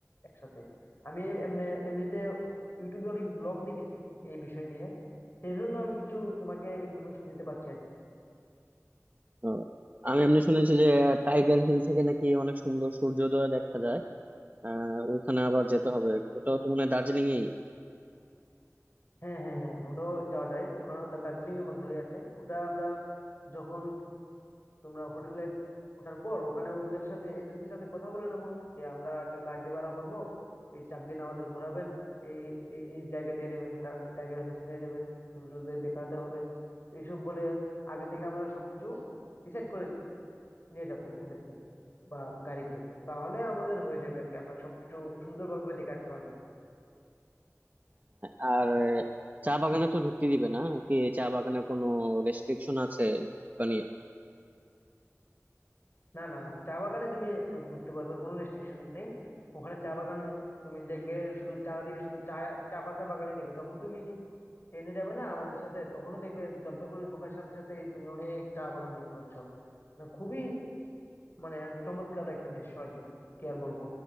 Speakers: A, on the left; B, on the right.
A: একসাথে আমি এমনি এমনিতে ইউটিউবে অনেক ব্লগ দেখেছি এই বিষয় নিয়ে সেই জন্য আমি কিছু তোমাকে ইনফরমেশন দিতে পারছি আর কি
B: আহ, আমি এমনি শুনেছি যে টাইগার হিল থেকে নাকি অনেক সুন্দর সূর্যোদয় দেখা যায় আহ ওইখানে আবার যেতে হবে ওটাও তো মানে দার্জিলিং এই
A: হ্যাঁ হ্যাঁ হ্যাঁ ওটাও যাওয়া যায় ওখানে ওটা দার্জিলিং এর মধ্যেই আছে ওটা আমরা যখন তোমরা হোটেলে ওঠার পর ওখানে ওদের সাথে এজেন্সির সাথে কথা বলে নেবো যে আমরা একটা গাড়ি ভাড়া করব এই চার দিন আমাদের ঘোরাবেন এই এই এই জায়গায় নিয়ে যাবেন টাইগার হিলস নিয়ে যাবেন সূর্যোদয় দেখাতে হবে তো এইসব বলে আগে থেকে আমরা সবকিছু ডিসাইড করে নিয়ে যাব ওদেরকে বা গাড়িকে তাহলে আমাদের হয়ে যাবে আর কি আমরা সবকিছু সুন্দরভাবে দেখে আসতে পারবো
B: আর চা বাগানে তো ঢুকতে দিবে না নাকি চা বাগানে কোনো রেস্ট্রিকশন আছে মানে
A: না না না চা বাগানে তুমি ঢুক- ঢুকতে পারবে কোনো রেস্ট্রিকশন নেই ওখানে চা বাগান তুমি দেখবে শুধু চারিদিকে শুধু চা চা পাতা বাগানে দেখবে যখন তুমি ট্রেনে যাবে না আমাদের সাথে তখনও দেখবে জলপাইগুড়ি ঢোকার সাথে সাথে তুমি অনেক চা বাগান দেখতে পাচ্ছ মানে খুবই মানে চমৎকার একটা দৃশ্য আর কি কি আর বলবো